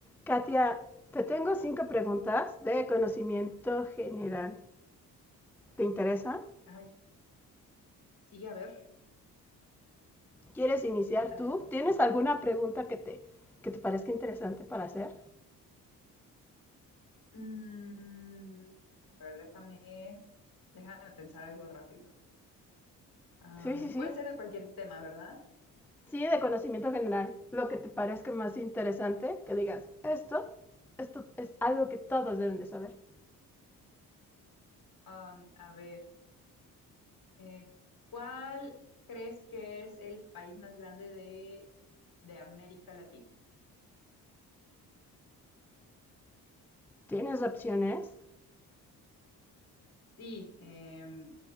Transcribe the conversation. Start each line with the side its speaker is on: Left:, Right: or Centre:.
Centre: Katia, te tengo cinco preguntas de conocimiento general. ¿Te interesa?
Left: Ay, sí, a ver,
Centre: ¿Quieres iniciar
Left: a
Centre: tú?
Left: ver, a ver.
Centre: ¿Tienes alguna pregunta que te, que te parezca interesante para hacer?
Left: Mm, a ver, déjame, déjame pensar algo rápido. Am,
Centre: Sí, sí, sí.
Left: puede ser de cualquier tema, ¿verdad?
Centre: Sí, de conocimiento general. Lo que te parezca más interesante, que digas, esto, esto es algo que todos deben de saber.
Left: Am, a ver, eh, ¿cuál crees que es el país más grande de, de América Latina?
Centre: ¿Tienes opciones?
Left: Sí, em,